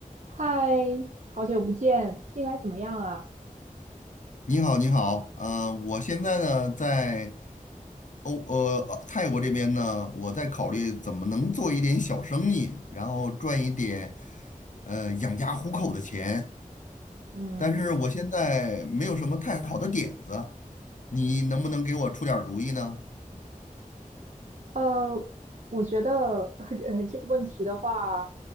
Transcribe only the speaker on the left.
你好，你好，呃，我现在呢在欧呃泰国这边呢，我在考虑怎么能做一点小生意，然后赚一点呃养家糊口的钱，
但是我现在没有什么太好的点子，你能不能给我出点儿主意呢？